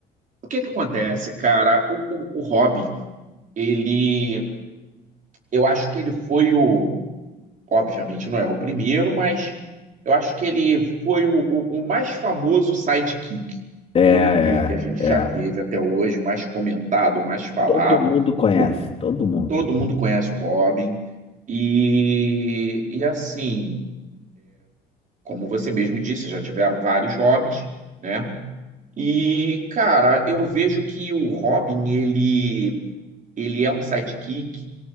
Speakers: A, on the right (about 50°); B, on the left (about 35°).
A: O que que acontece, cara? O, o, o Robin, ele, eu acho que ele foi o, obviamente não é o primeiro, mas eu acho que ele foi o, o, o mais famoso sidekick
B: É, é,
A: que, que, que a gente
B: é.
A: já teve até hoje, o mais comentado, o mais falado.
B: Todo mundo conhece,
A: O,
B: todo mundo.
A: Todo mundo conhece o Robin. E, e assim, como você mesmo disse, já tiveram vários Robins, né? E, cara, eu vejo que o Robin, ele, ele é um sidekick